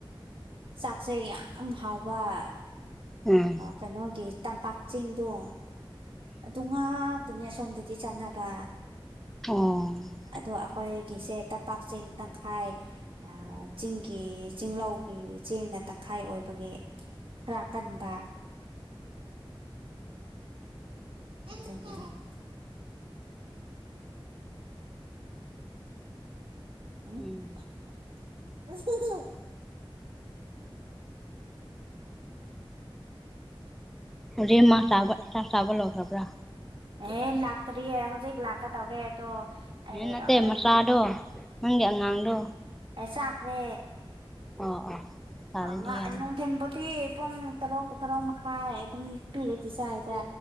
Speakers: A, on the right; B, in the centre.
A: ꯆꯥꯛꯁꯦ ꯌꯥꯝ ꯍꯥꯎꯕ
B: ꯎꯝ
A: ꯀꯩꯅꯣꯒꯤ ꯇꯝꯄꯥꯛ ꯆꯦꯡꯗꯣ ꯑꯗꯨ ꯉꯥ ꯇꯅꯦ ꯑꯁꯣꯝꯗꯗꯤ ꯆꯥꯟꯅꯕ
B: ꯑꯣ
A: ꯑꯗꯣ ꯑꯩꯈꯣꯏꯒꯤꯁꯦ ꯇꯝꯄꯥꯛ ꯆꯦꯡ ꯇꯪꯈꯥꯏ ꯑꯥ ꯆꯤꯡꯒꯤ ꯆꯤꯡꯂꯧꯒꯤ ꯆꯦꯡꯅ ꯇꯪꯈꯥꯏ ꯑꯣꯏꯕꯒꯤ ꯈꯔ ꯀꯟꯕ <unintelligible> <unintelligible>
B: ꯎꯝ
A: <inaudible>
B: ꯍꯧꯖꯤꯛ ꯑꯃ ꯆꯥꯕ ꯆꯥꯛ ꯆꯥꯕ ꯂꯣꯢꯈ꯭ꯔꯕ꯭ꯔꯥ
A: ꯑꯦ ꯂꯥꯛꯇ꯭ꯔꯤꯌꯦ ꯍꯧꯖꯤꯛ ꯂꯥꯛꯀ ꯇꯧꯔꯦ ꯑꯗꯣ ꯑꯩ
B: ꯑꯦ ꯅꯠꯇꯦ
A: ꯍꯣꯔꯦꯟ
B: ꯃꯆꯥꯗꯣ ꯅꯪꯒꯤ ꯑꯉꯥꯡꯗꯣ
A: ꯑꯦ ꯆꯥꯈ꯭ꯔꯦ
B: ꯑꯣ ꯑꯣ ꯇꯥꯔꯗꯤ
A: ꯍꯥꯎꯉ
B: ꯌꯥꯔꯦ
A: ꯑꯩ ꯅꯣꯡꯊꯤꯟ ꯕꯨꯇꯤ ꯄꯨꯡ ꯇꯔꯨꯛ ꯇꯔꯨꯛ ꯃꯈꯥꯏ ꯑꯗꯨꯝ ꯄꯤꯔꯗꯤ ꯆꯥꯢꯗ